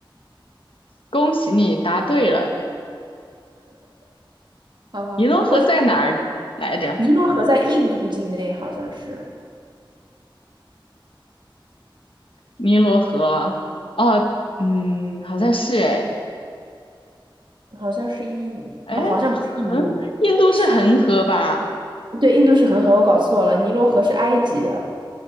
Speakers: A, on the left; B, on the right.
A: 恭喜你答对了。
B: 好吧，
A: 尼罗河在哪儿来着？
B: 那为什么尼罗河在印度境内？好像是，
A: 尼罗河哦，
B: 嗯，
A: 嗯，好像是哎，
B: 好像是一，
A: 哎，
B: 哦，好像不是印度，
A: 恒，印度是恒河吧？
B: 是对，印度是恒河，我搞错了。尼罗河是埃及的，